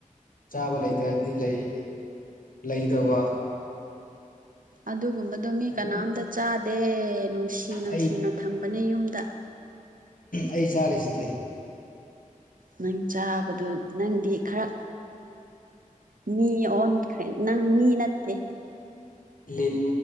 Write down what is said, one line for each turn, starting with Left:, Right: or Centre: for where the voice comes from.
Left: ꯆꯥꯕ ꯂꯩꯇ꯭ꯔꯗꯤ ꯂꯩ ꯂꯩꯗꯧꯕ
Right: ꯑꯗꯨꯒꯨꯝꯕꯗꯣ ꯃꯤ
Left: ꯑꯗ
Right: ꯀꯅꯥꯝꯇ ꯆꯥꯗꯦ ꯅꯨꯡꯁꯤ ꯅꯨꯡꯁꯤꯅ
Left: ꯑꯩ
Right: ꯊꯝꯕꯅꯦ ꯌꯨꯝꯗ
Left: ꯑꯩ ꯆꯥꯔꯤꯁꯤꯗꯤ
Right: ꯅꯪ ꯆꯥꯕꯗ ꯅꯪꯗꯤ ꯈꯔ ꯃꯤ ꯑꯣꯟꯈ꯭ꯔꯦ ꯅꯪ ꯃꯤ ꯅꯠꯇꯦ
Left: ꯂꯤꯟ